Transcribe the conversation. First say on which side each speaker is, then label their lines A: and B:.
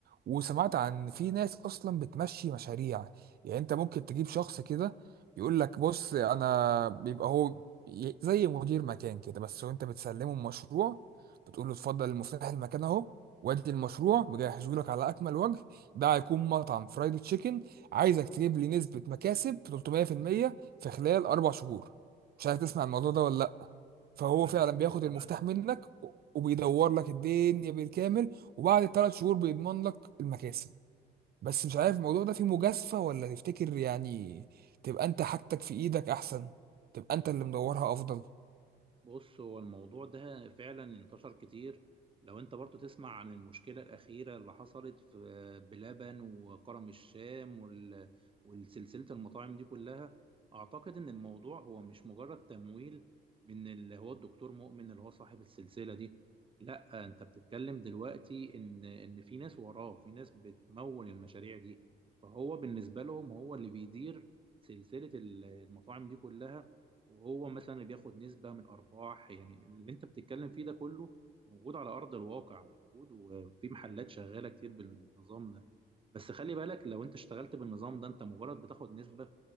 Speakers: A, on the right (about 50°); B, on the right (about 25°).
A: وسمعت عن في ناس اصلا بتمشي مشاريع يعني انت ممكن تجيب شخص كده يقول لك بص انا بيبقى هو ي- زي مدير مكان كده بس وانت بتسلمه المشروع بتقول له اتفضل المفتاح المكان اهو وادي المشروع مجهزه لك على اكمل وجه ده هيكون مطعم فرايد تشيكن عايزك تجيب لي نسبه مكاسب 300% في خلال اربع شهور مش عارف تسمع الموضوع ده ولا لا فهو
B: انا
A: فعلا
B: سمعت
A: بياخد المفتاح
B: عنه
A: منك وبيدور لك الدنيا بالكامل وبعد الثلاث شهور بيضمن لك المكاسب بس مش عارف الموضوع ده فيه مجازفة ولا تفتكر يعني تبقى انت حاجتك في ايدك احسن تبقى انت اللي مدورها افضل
B: بص هو الموضوع ده فعلا انتشر كتير لو انت برضو تسمع عن المشكلة الأخيرة اللي حصلت في بلبن وكرم الشام وال- والسلسلة المطاعم دي كلها أعتقد إن الموضوع هو مش مجرد تمويل من اللي هو الدكتور مؤمن اللي هو صاحب السلسلة دي لا انت بتتكلم دلوقتي إن إن في ناس وراه في ناس بتمول المشاريع دي فهو بالنسبة لهم هو اللي بيدير سلسلة المطاعم دي كلها وهو مثلا اللي بياخد نسبة من أرباح يعني اللي أنت بتتكلم فيه ده كله موجود على أرض الواقع موجود وفي محلات شغالة كتير بالنظام ده بس خلي بالك لو أنت اشتغلت بالنظام ده أنت مجرد بتاخد نسبة